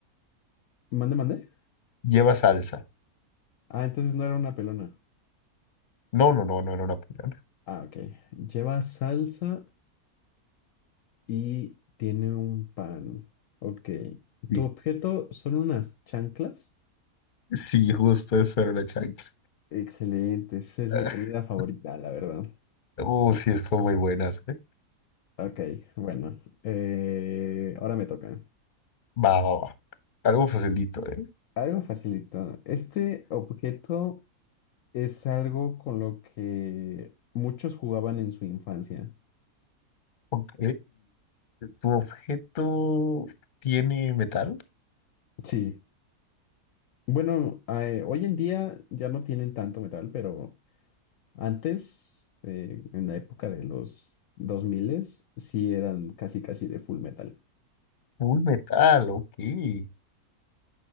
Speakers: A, on the left; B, on the left.
A: mande, mande.
B: lleva salsa.
A: Ah, entonces no era una pelona.
B: No, no, no, no era una pulera.
A: Ah, ok. Lleva salsa y tiene un pan. Ok.
B: Sí,
A: ¿Tu objeto son unas chanclas?
B: Sí, justo eso era una chancla.
A: Excelente, esa es
B: <laughs>
A: mi comida favorita, la verdad.
B: Uh, sí, es que son muy buenas, ¿eh?
A: Ok, bueno, eh, ahora me toca.
B: Va, va, va. Algo facilito, ¿eh?
A: Algo facilito. Este objeto es algo con lo que muchos jugaban en su infancia.
B: Ok. ¿Tu objeto tiene metal?
A: Sí. Bueno, eh, hoy en día ya no tienen tanto metal, pero Antes, eh, en la época de los 2000, sí eran casi casi de full metal.
B: Full metal, ok. Entonces,